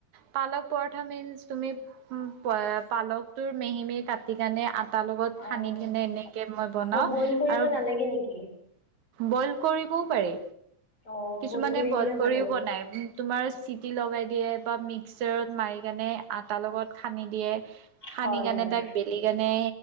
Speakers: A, on the right; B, on the left.
A: পালক পৰঠা মিনচ তুমি পয়ে পালকটোৰ মিহি মেহি কাটি কেনে তাৰ লগত
B: অ'।
A: সানি কিনে এনেকে মই বনাওঁ
B: অ', বইল কৰিব
A: আৰু
B: নালাগে নেকি?
A: বইল কৰিবও পাৰি
B: অ',
A: কিছুমানে
B: কৰি
A: বইল
B: কিনে
A: কৰিও
B: ভাল লাগে।
A: বনাই উম তোমাৰ চিটি লগাই দিয়ে বা মিক্সাৰত মাৰি কেনে আটাৰ লগত খানি দিয়ে সানি
B: হয়,
A: কেণে
B: হয়।
A: তাক বেলিকেণে